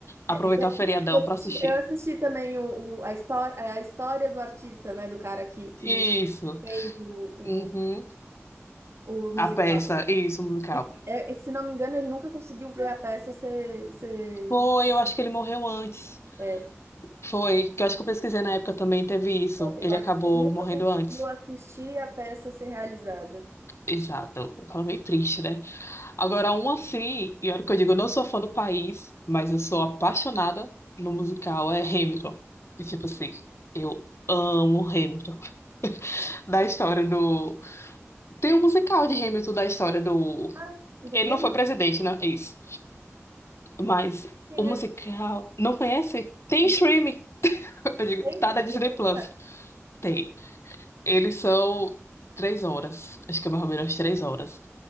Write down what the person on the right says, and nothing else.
é, isso aí,
Eu assisti
eu assisti também o, o- a história, é, a história do artista, né? Do cara que, que
fez o,
o, o musical.
E, é, se não me engano, ele nunca conseguiu ver a peça ser, ser,
é,
eu
acho
que ele nunca
conseguiu
assistir a peça ser realizada.
né?
Ah, do
Hamilton,
conheço.
Não
sei,
vou procurar.